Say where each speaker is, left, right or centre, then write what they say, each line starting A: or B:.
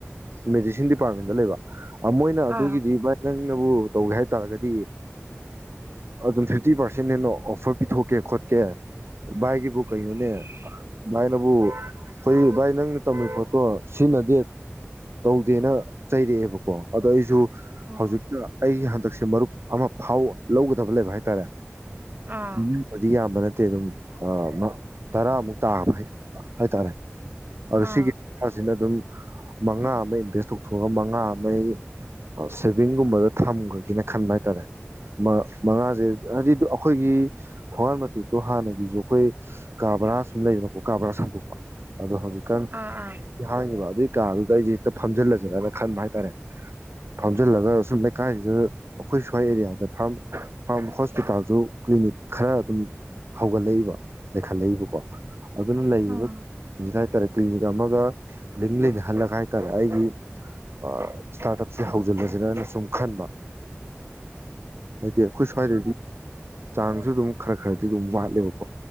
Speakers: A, on the right (about 60°); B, on the right (about 40°).
A: ꯃꯦꯗꯤꯁꯤꯟ ꯗꯤꯄꯥꯔꯠꯃꯦꯟꯗ ꯂꯩꯕ ꯑꯃꯣꯏꯅ
B: ꯑꯥ
A: ꯑꯗꯨꯒꯤꯗꯤꯚꯥꯏ ꯅꯪ ꯅꯪ ꯅꯕꯨ ꯇꯧꯒꯦ ꯍꯥꯏ ꯇꯔꯗꯤ ꯑꯗꯨꯝ ꯊꯥꯔꯇꯤ ꯄ꯭ꯔꯁꯦꯟ ꯑꯣꯐ꯭ꯔꯄꯤꯊꯣꯛ ꯀꯦꯈꯣꯠꯀꯦ ꯚꯥꯏꯒꯤꯕꯨ ꯕꯨ ꯀꯩꯅꯣꯅꯦ ꯚꯥꯏꯅꯕꯨ ꯑꯩꯈꯣꯏ ꯚꯥꯏ ꯅꯪꯅ ꯇꯝꯃꯤ ꯄꯣꯠꯇꯣ ꯁꯤꯖꯤꯟꯅꯗꯦ ꯇꯧꯗꯦꯅ ꯆꯩꯔꯛꯑꯦꯕ ꯑꯣ ꯑꯗꯣ ꯑꯩꯁꯨ
B: ꯑꯥ
A: ꯍꯧꯖꯤꯛꯇ ꯑꯩ ꯍꯟꯗꯛꯁꯦ ꯃꯔꯨꯞ ꯑꯃ ꯐꯥꯎ ꯂꯧꯒꯗꯕ ꯂꯩꯕ ꯍꯥꯏꯇꯥꯔꯦ
B: ꯑꯥ
A: ꯃꯤꯕꯨꯗꯤ ꯌꯥꯝꯕ ꯅꯠꯇꯦ ꯑꯗꯨꯝ ꯑꯃ ꯇꯔꯥꯃꯨꯛ ꯇꯥꯕ ꯍꯥꯏ ꯍꯥꯏꯇꯥꯔꯦ ꯑꯗꯣ
B: ꯑꯥ
A: ꯁꯤꯒꯤ ꯇꯥꯁꯤꯅ ꯑꯗꯨꯝ ꯃꯉꯥ ꯑꯃ ꯏꯟꯚꯦꯁ ꯇꯧꯊꯣꯛꯑꯒ ꯃꯉꯥ ꯅꯩ ꯑꯥ ꯁꯦꯚꯤꯡꯒꯨꯝꯕꯗ ꯊꯝꯒ꯭ꯔꯥꯒꯦꯅ ꯈꯟꯕ ꯍꯥꯏꯇꯥꯔꯦ ꯃꯥ ꯃꯉꯥꯁꯦ ꯍꯥꯏꯗꯤ ꯑꯩꯈꯣꯏꯒꯤ ꯊꯣꯡꯒꯥꯥꯟ ꯃꯇꯦꯛꯇꯣ ꯍꯥꯟꯅꯒꯤꯁꯨ ꯑꯩꯈꯣꯏ ꯀꯥ ꯕꯔꯥ ꯁꯨꯝ ꯂꯩꯗꯅꯀꯣ ꯀꯥ ꯕꯔꯥ ꯁꯥꯟꯗꯣꯛꯄ ꯑꯗꯣ ꯍꯧꯖꯤꯛꯀꯥꯟ
B: ꯑꯥ ꯑꯥ
A: ꯃꯤ ꯍꯥꯡꯉꯤꯉꯤꯕ ꯑꯗꯨꯏ ꯀꯥꯗꯨ ꯑꯗ ꯑꯩꯁꯦ ꯍꯦꯛꯇ ꯐꯝꯖꯤꯜꯂꯁꯤꯔꯅ ꯈꯟꯕ ꯍꯥꯏꯇꯥꯔꯦ ꯐꯥꯝꯖꯤꯜꯂꯒ ꯁꯨꯝ ꯂꯩꯀꯥꯏꯁꯤꯗ ꯑꯩꯈꯣꯏ ꯁ꯭ꯋꯥꯏ ꯑꯦꯔꯤꯌꯥꯗ ꯐꯥꯔꯝ ꯐꯥꯔꯝ ꯍꯣꯁꯄꯤꯇꯥꯜꯁꯨ ꯀ꯭ꯂꯤꯅꯤꯛ ꯈꯔ ꯑꯗꯨꯝ ꯍꯧꯒꯠꯂꯛꯏꯕ ꯂꯩꯈꯠꯂꯛꯏꯕꯀꯣ ꯑꯗꯨꯅ ꯂꯩꯔꯤꯕꯥ
B: ꯎꯝ
A: ꯖꯤꯖꯥꯢꯟ ꯍꯥꯏꯇꯥꯔꯦ ꯀ꯭ꯂꯅꯤꯛ <unintelligible> ꯑꯃꯒ ꯂꯤꯡ ꯂꯩꯅꯍꯜꯂꯒ ꯍꯥꯏꯇꯥꯔꯦ ꯑꯩꯒꯤ ꯑꯥ ꯏꯁꯇꯥꯔꯠ ꯑꯞꯁꯦ ꯍꯧꯖꯤꯜꯂꯁꯤꯔꯅ ꯁꯨꯝ ꯈꯟꯕ ꯍꯥꯏꯗꯤ ꯑꯩꯈꯣꯢ ꯁ꯭ꯋꯥꯢꯗꯗꯤ ꯆꯥꯡꯁꯨ ꯑꯗꯨꯝ ꯈꯔ ꯈꯔꯗꯤ ꯑꯗꯨꯝ ꯋꯥꯠꯂꯦꯕꯀꯣ